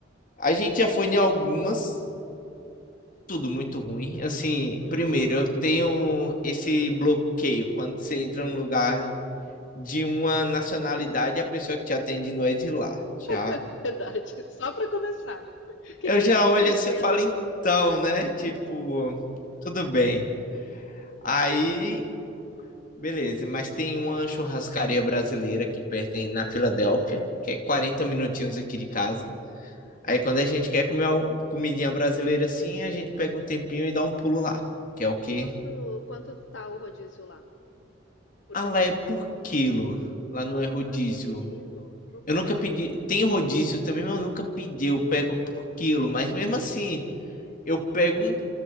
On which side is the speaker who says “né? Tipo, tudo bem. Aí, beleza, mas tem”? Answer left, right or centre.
Left